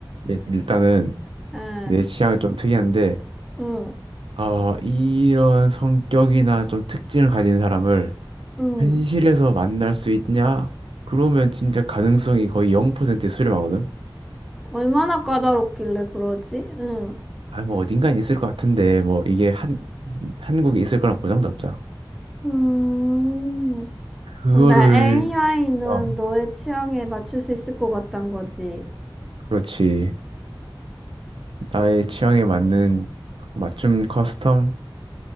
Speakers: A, on the right; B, in the centre.
A: 일- 일단은
B: 응,
A: 내 취향이 좀 특이한데,
B: 응,
A: 어, 이런 성격이나 좀 특징을 가진 사람을
B: 응.
A: 현실에서 만날 수 있냐? 그러면 진짜 가능성이 거의 0%에 수렴하거든?
B: 얼마나 까다롭길래 그러지? 응.
A: 아, 뭐 어딘가에 있을 것 같은데, 뭐 이게 한, 한국에 있을 거란 보장도 없잖아.
B: 음,
A: 그거를,
B: 근데 AI는
A: 어.
B: 너의 취향에 맞출 수 있을 것 같단 거지.
A: 그렇지. 나의 취향에 맞는 맞춤 커스텀?